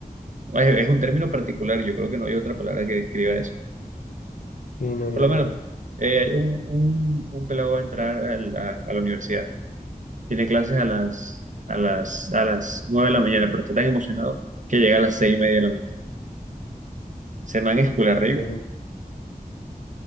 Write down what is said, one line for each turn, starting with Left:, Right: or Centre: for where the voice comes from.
Right: Es, es un término particular, yo creo que no hay otra palabra que describa eso.
Left: Sí, no, no,
Right: Por lo menos,
Left: no.
Right: eh, hay un, un, un pelado va a entrar al- a, a la universidad. Tiene clases a las, a las, a las 9 de la mañana, pero está tan emocionado que llega a las seis y media de la mañana. Se man es full arrayudo.
Left: Eh,